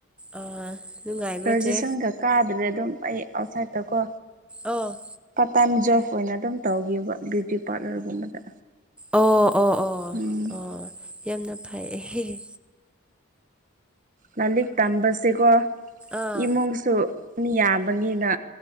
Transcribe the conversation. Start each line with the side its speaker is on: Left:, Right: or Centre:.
Centre: ꯑꯥ ꯅꯨꯡꯉꯥꯏꯕ꯭ꯔꯣ
Right: ꯔꯣꯖꯤꯁꯟꯒ
Centre: ꯆꯦ
Right: ꯀꯥꯗ꯭ꯔꯦ ꯑꯗꯨꯝ ꯑꯩ ꯑꯥꯎꯠꯁꯥꯏꯠꯇ ꯀꯣ
Centre: ꯑꯣ
Right: ꯇꯥꯏꯝ ꯖꯣꯔꯞ ꯑꯣꯏꯅ ꯑꯗꯨꯝ ꯇꯧꯒꯤꯕ ꯕ꯭ꯌꯨꯇꯤ ꯄꯥꯔꯂꯔꯒꯨꯝꯕꯗ
Centre: ꯑꯣ ꯑꯣ ꯑꯣ
Right: ꯎꯝ
Centre: ꯑꯣ ꯌꯥꯝꯅ ꯐꯩ ꯑꯦ ꯍꯦ ꯍꯦ
Right: ꯂꯥꯏꯂꯤꯛ ꯇꯝꯕꯁꯦꯀꯣ
Centre: ꯑꯥ
Right: ꯏꯃꯨꯡꯁꯨ ꯃꯤ ꯌꯥꯝꯕꯅꯤꯅ